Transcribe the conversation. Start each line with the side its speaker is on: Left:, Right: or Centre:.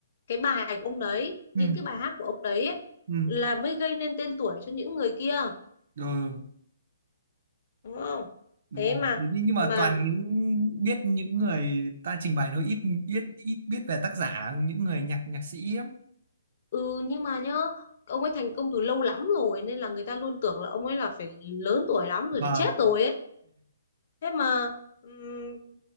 Left: cái bài của ông đấy
Right: ừ,
Left: những cái bài hát của ông đấy ấy,
Right: ừ,
Left: là mới gây nên tên tuổi cho những người kia
Right: rồi
Left: đúng không
Right: đúng
Left: thế
Right: rồi
Left: mà
Right: thế nhưng nhưng mà
Left: mà
Right: toàn những biết những người ta trình bày thôi ít biết ít biết về tác giả những người nhạc nhạc sĩ ấy.
Left: ừ nhưng mà nhá ông ấy thành công từ lâu lắm rồi nên là người ta luôn tưởng là ông ấy là phải lớn tuổi lắm rồi
Right: Vâng,
Left: phải chết rồi ấy thế mà ừm,